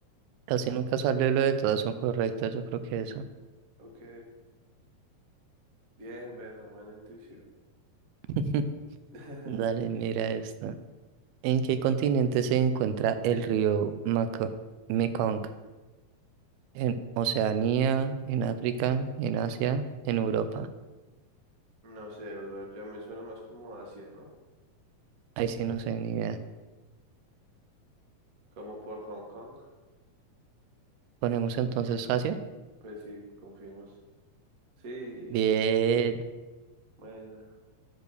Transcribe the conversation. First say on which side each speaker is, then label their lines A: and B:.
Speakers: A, on the right; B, on the right.
A: Casi nunca sale lo de todas son correctas, yo creo que eso.
B: Ok, bien, buena, buena intuición.
A: <laughs>
B: <laughs>
A: Dale, mira esta. ¿En qué continente se encuentra el río Maco- Mekong? ¿En Oceanía, en África, en Asia, en Europa?
B: No sé, bro, ya me suena más como Asia, ¿no?
A: Ahí sí no sé ni idea.
B: Como por Hong Kong.
A: Ponemos entonces Asia.
B: Pues sí, confiemos. Sí,
A: Bien.
B: bueno.